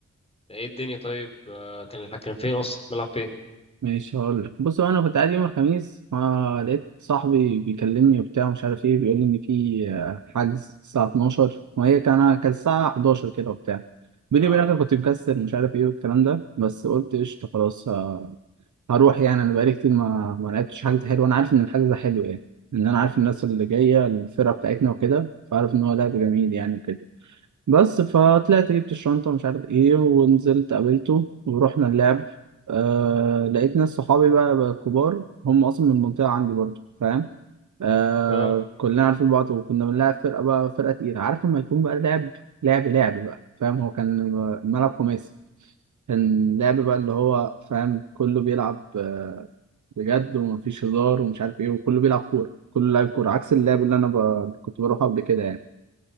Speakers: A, on the left (about 20°); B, on the right (about 80°).
A: ايه الدنيا طيب آه، كان الح- كان فين اصلا ملعب فين؟
B: ماشي هقول لك بص هو انا كنت قاعد يوم الخميس ما لقيت صاحبي بيكلمني وبتاع مش عارف ايه بيقول لي ان في آه، حجز الساعه 12 وهي كان كانت الساعه 11 كده وبتاع بيني
A: اه
B: وبينك أنا كنت مكسر مش عارف ايه والكلام ده بس قلت قشطه خلاص آه، هروح يعني انا بقالي كتير ما ما لعبتش حجز حلو انا عارف ان الحجز ده حلو يعني ان انا عارف الناس اللي جايه الفرقه بتاعتنا وكده فعارف ان هو لعب جميل يعني وكده بس فطلعت جبت الشنطة ومش عارف ايه ونزلت قابلته ورحنا اللعب آه لقيت ناس صحابي بقى, بقى كبار هم أصلا من المنطقة عندي برضه فاهم آه
A: اه
B: كلنا عارفين بعض وكنا بنلعب فرقة بقى فرقة تقيلة عارف لما يكون بقى لعب لعب لعب بقى فاهم هو كان ملعب خماسي كان لعب بقى اللي هو فاهم كله بيلعب آه، بجد ومفيش هزار ومش عارف ايه وكله بيلعب كورة كله لاعب كورة عكس اللعب اللي انا ب... كنت بروحه قبل كده يعني